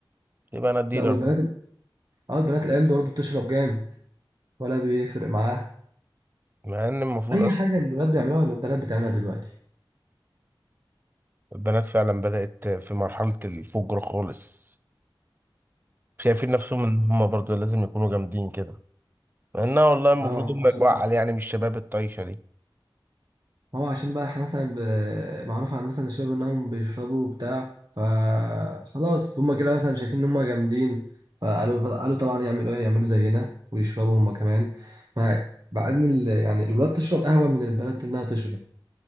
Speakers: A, on the right; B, on the right.
A: في بنات ديلر
B: لا والبنات اه البنات الايام دي برضه بتشرب جامد ولا بيفرق معاها
A: مع إن المفروض
B: اي
A: أصلا
B: حاجه الولاد بيعملوها ولا البنات بتعملها دلوقتي
A: البنات فعلا بدأت في مرحلة الفجر خالص شايفين نفسهم ان هم برضو لازم يكونوا جامدين كده مع انها والله المفروض
B: اه
A: هم
B: عشان
A: يبقوا اعقل
B: كده
A: يعني مش شباب الطايشه دي
B: هو عشان بقى احنا مثلا ب... معروف عن مثلا الشباب انهم بيشربوا وبتاع فخلاص هما كده مثلا شايفين ان هما جامدين فقالوا قالوا طبعا يعملوا ايه يعملوا زينا ويشربوا هما كمان مع مع ان ال... يعني الولاد تشرب قهوه من البنات انها تشرب